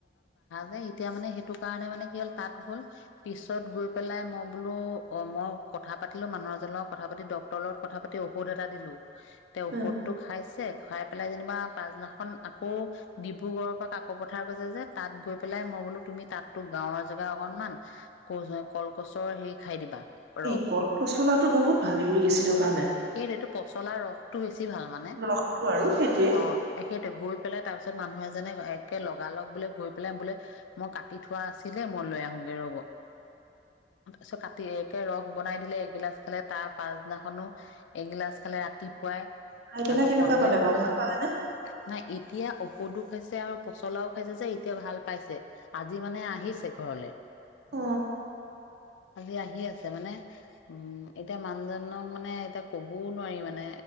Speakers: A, on the left; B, on the right.
A: নাই তেতিয়া মানে সেইটো কাৰণে মানে কি হ'ল তাত গ'ল, পিছত গৈ পেলাই মই বোলো, অ মই কথা পাতিলো মানুহৰজনৰ লগত কথা পাতি ডক্টৰৰ লগত কথা পাতি ঔষধ এটা দিলো তেওঁ
B: উম।
A: ঔষধটো খাইছে খাই পেলাই যেনিবা পাছদিনাখন আকৌ ডিব্ৰুগড়ৰ পৰা কাকো পথাৰ কৈছে যে তাত গৈ পেলাই মই বোলো তুমি তাতো গাঁৱৰ জেগা অকনমান, ক কলগছৰ হেৰি খাই দিবা ৰস
B: এই কল পচলাটো বহুত ভালে ইউৰিক এছিডৰ
A: মানে
B: কাৰণে
A: সেইটোটো পচলা ৰসটো বেছি ভাল মানে,
B: ৰসটো আৰু সেইটোৱে
A: অ সেইটো গৈ পেলাই তাৰপিছত মানুহে যেনে একে লগালগ বোলে গৈ পেলাই বোলে মই কাটি থোৱা আছিলে, মই লৈ আহোগৈ ৰ'ব। ছ কা একে ৰস বনাই দিলে এগিলাচ খালে তাৰ পাছদিনাখনো, এগিলাচ খালে ৰাতিপুৱাই
B: খাই পেলাই
A: আকৌ
B: কেনেকুৱা
A: সন্ধিয়াও
B: পালে বাৰু
A: খালে,
B: ভাল পালানে
A: নাই এতিয়া সদো খাইছে আৰু পচলাও খাইছে যে এতিয়া ভাল পাইছে আজি মানে আহিছে ঘৰলে,
B: অ
A: আজি আহি আছে মানে, উম এতিয়া মানুহজনক মানে এতিয়া কবও নোৱাৰি মানে